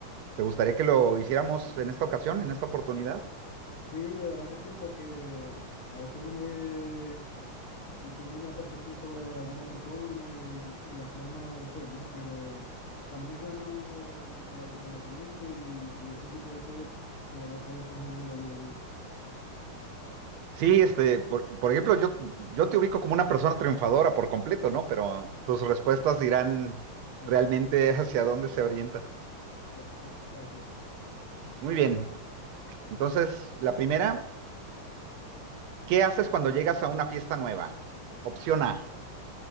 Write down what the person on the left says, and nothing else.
Sí, de verdad que sí, porque a veces uno ve y tiene una percepción sobre alguna persona y, y la forma de ser, ¿no? Pero también es bueno el, el autoconocimiento y, y ese tipo de test, de verdad que a veces a uno lo ayuda mucho.
<laughs>
Ya, <laughs> gracias.